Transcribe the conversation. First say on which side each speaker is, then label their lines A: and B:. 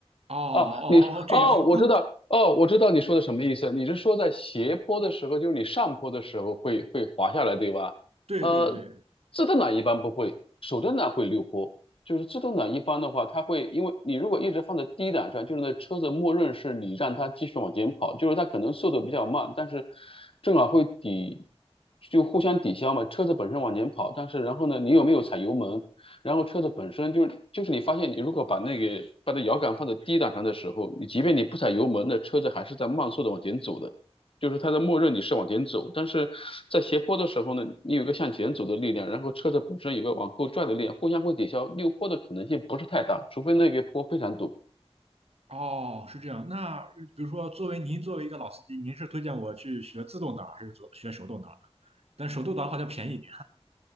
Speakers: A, on the right; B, on the left.
A: 哦哦哦，
B: 哦，你说哦，
A: 这样，<laughs>
B: 我知道，
A: 哦，
B: 哦，我知道你说的什么意思。你是说在斜坡的时候，就是你上坡的时候会会滑下来，对吧？
A: 对对对，
B: 呃，自动挡一般不会，手动挡会溜坡。就是自动挡一般的话，它会因为你如果一直放在低档上，就是那车子默认是你让它继续往前跑，就是它可能速度比较慢，但是正好会抵，就互相抵消嘛。车子本身往前跑，但是然后呢，你有没有踩油门？然后车子本身就就是你发现你如果把那个把那摇杆放在低档上的时候，你即便你不踩油门，那车子还是在慢速的往前走的，就是它的默认你是往前走，但是在斜坡的时候呢，你有一个向前走的力量，然后车子本身有个往后拽的力量，互相会抵消，溜坡的可能性不是太大，除非那个坡非常陡。
A: 哦，是这样。那比如说，作为您作为一个老司机，您是推荐我去学自动挡还是做学手动挡？但手动挡好像便宜一点。